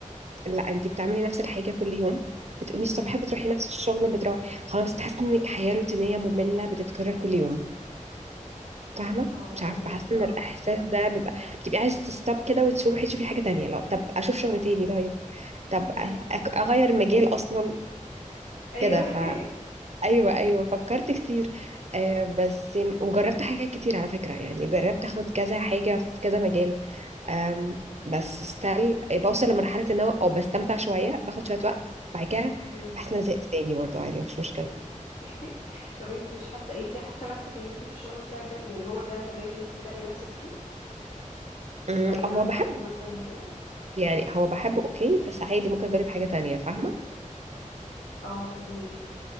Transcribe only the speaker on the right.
لا أنت بتعملي نفس الحاجة كل يوم بتقومي الصبح
بتروحي نفس الشغل وبتروحي خلاص بتحسي إنك حياة روتينية مملة بتتكرر كل يوم فاهمة
مش عارفة
بحس إن
الإحساس ده بيبقى بتبقي عايز تستوب كده وتروحي تشوفي حاجة تانية لا طب أشوف شغل تاني طيب طب
أ- أك- أغير مجال أصلا
كده فا
أيوه أيوه فكرت كتير آه بس وجربت حاجات كتير على فكرة يعني جربت أخد كذا حاجة في كذا مجال أم، بس ستيل بوصل لمرحلة ان انا او بستمتع شوية باخد شوية وقت بعد كده
بحس ان انا زهقت تاني برضه عادي مش مشكلة
أم،
او
هو
بحبه
يعني هو بحبه اوكي بس عادي ممكن اجرب حاجة تانية فاهمة